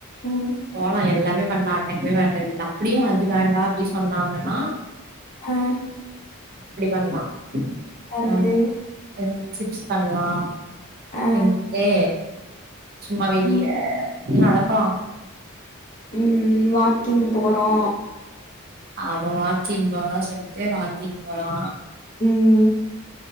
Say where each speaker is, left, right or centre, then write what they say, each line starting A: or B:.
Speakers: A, on the left; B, on the right.
A: ம்
B: போலா எல்லாமே பண்லா அன்னைக்குமே வேண்டா வீட்ல அப்டியு அது வேண்டா அப்டி சொன்னாங்கன்னா
A: ஆ
B: இப்டி‌ பண்வா
A: வேற என்னது?
B: அ எல்லாமே சிப்ஸ் பண்லா
A: ஆ
B: எங்கிட்டே சும்மா வெளிய
A: ம்,
B: நடக்கலா
A: ம் ம் வாக்கிங் போறோ
B: அவ வாக்கிங் போறா சொல்ட்டு வாக்கிங் போலா
A: ம்